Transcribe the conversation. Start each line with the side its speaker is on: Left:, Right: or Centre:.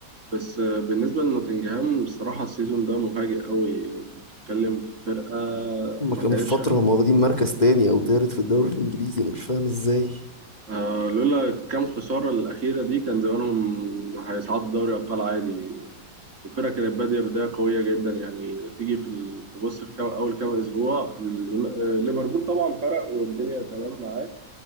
Right: بس آه، بالنسبة لنوتنجهام الصراحة السيزون ده مفاجئ قوي انت بتتكلم في فرقة
Left: هما
Right: ما
Left: كانوا
Right: كانتش
Left: في فتره هم واخدين مركز تاني او تالت في الدوري الانجليزي انا مش فاهم ازاي
Right: آه لولا كام خسارة الأخيرة دي كان زمانهم هيصعدوا دوري أبطال عادي الفرقة كانت بادية بداية قوية جدا يعني تيجي في ال- تبص في كام أول كام أسبوع ال- آه، ليفربول طبعا فرق والدنيا تمام معاه